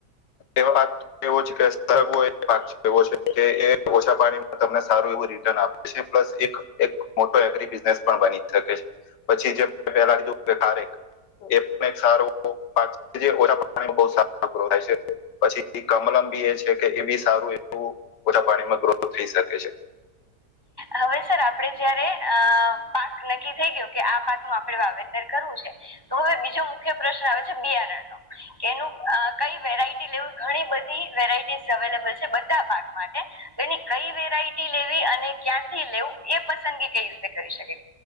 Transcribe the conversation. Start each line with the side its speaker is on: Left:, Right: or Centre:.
Left: એવા પાક એવોજ કેશ બધા એવો એક પાક છે એવો છે કે એ ઓછા પાણીમાં તમને સારું એવું રિટર્ન આપે છે પ્લસ એક એક મોટો એગ્રી બિઝનેસ પણ બની શકે છે પછી જે પેલા કીધુંકે ખારેક એ પણ એક સારું પાક જે ઓછા પાણી બો સારું <unintelligible> છે પછી કમલમ બી એ છે કે એ બી સારું એવું ઓછા પાણીમાં ગ્રોથ થઈ શકે છે.
Right: હવે સર આપડે જયારે અહ, પાક નક્કી થઈ ગયો કે આ પાક નું આપડણેે વાવેતર કરવું છે. તો હવે બીજો મુખ્ય પ્રશ્ન આવે છે બિયારણ નો કે એનું કઈ વેરાયટી લેવી ઘણી બધી વેરાયટીઝ અવેલેબલ છે બધા પાક માટે તો એની કઈ વેરાયટી લેવી? અને ક્યાંથી લેવું એ પસંદગી કઈ રીતે કરી શકે?